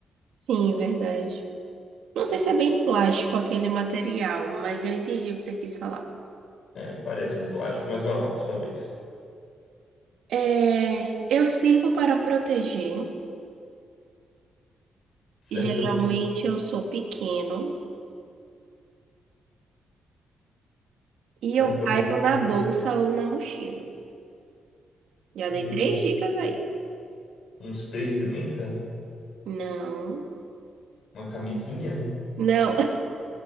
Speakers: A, on the right; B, on the left.
A: Sim, verdade. Não sei se é bem plástico aquele material, mas eu entendi o que você quis falar.
B: É, parece um plástico, mas vai lá, sua vez.
A: É, eu sirvo para proteger.
B: Serve
A: Geralmente
B: para prote...
A: eu sou pequeno e
B: serve
A: eu
B: para
A: caibo
B: proteger
A: na bolsa ou na mochila. Já dei
B: um,
A: três dicas aí.
B: um spray de pimenta,
A: Não.
B: uma camisinha.
A: Não,